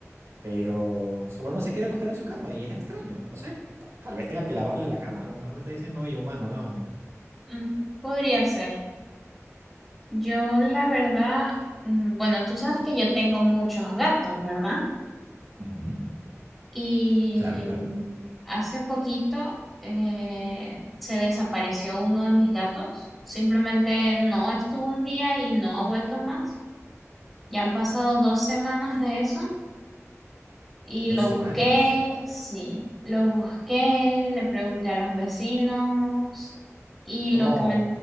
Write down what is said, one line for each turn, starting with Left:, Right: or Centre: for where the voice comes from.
Right: pero solo no se quiere acostar en su cama y es extraño, no sé, ta- tal vez tenga que lavarle la cama, a lo mejor me está diciendo, oye, humano, lávamela.
Centre: mm, Podría ser. Yo, la verdad, mm, bueno, tú sabes que yo tengo muchos gatos, ¿verdad?
Right: Ujú,
Centre: Y
Right: Claro, claro.
Centre: hace poquito eh, se desapareció uno de mis gatos. Simplemente no estuvo un día y no ha vuelto más. Ya han pasado dos semanas de eso y
Right: Dos
Centre: lo
Right: semanas.
Centre: busqué, sí, lo busqué, le pregunté a los vecinos y
Right: ¿Cómo?
Centre: lo que me